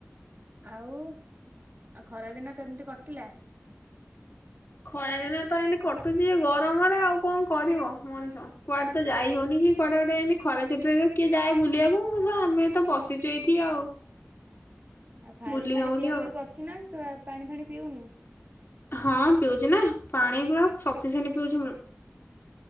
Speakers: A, on the right (about 40°); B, on the left (about 50°).
A: ଆଉ ଆଉ ଖରା ଦିନ କେମିତି କଟିଲା?
B: ଖରାଦିନ ତ ଏମିତି କଟୁଚି ଏ ଗରମରେ ଆଉ କଣ କରିବ ମଣିଷ, କୁଆଡେ ତ ଯାଇ ହଉନି, କି କୁଆଡେ ଗୋଟେ ଏମତି ଖରା ଛୁଟି ରେ ଏବେ କିଏ ଯାଏ ବୁଲିବାକୁ, ମୁଁ ସ-ଆମେ ତ ବସିିଚୁ ଏଇଠି ଆଉ।
A: ଆଉ ଫାଣି
B: ବୁଲି
A: ଫାଣି
B: ହଉନି
A: ପିଆ
B: ଆଉ
A: ପିଇ କରଚୁ ନା ତୁ ଆ, ପାଣି ଫାଣି ପିଉନୁ।
B: ହଁ ପିଉଚି ନା ପାଣି ପୁରା ସଫିସେଣ୍ଟ ପିଉଚି ମୁଁ।